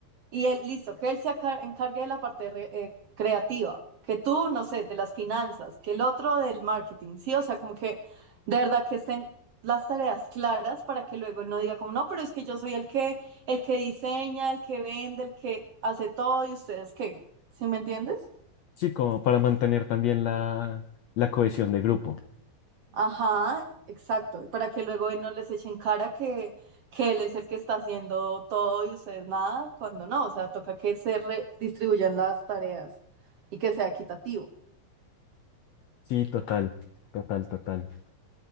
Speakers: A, on the right (about 60°); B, on the left (about 75°).
A: Y él, listo, que él se aca- encargue de la parte re- eh, creativa, que tú, no sé, de las finanzas, que el otro del marketing, ¿sí? O sea, como que de verdad que estén las tareas claras para que luego él no diga como, no, pero es que yo soy el que, el que diseña, el que vende, el que hace todo y ustedes qué, ¿sí me entiendes?
B: Sí, como para mantener también la, la cohesión de grupo.
A: Ajá, exacto, y para que luego él no les echen cara que, que él es el que está haciendo todo y ustedes nada, cuando no, o sea, toca que se redistribuyan las tareas y que sea equitativo.
B: Sí, total, total, total.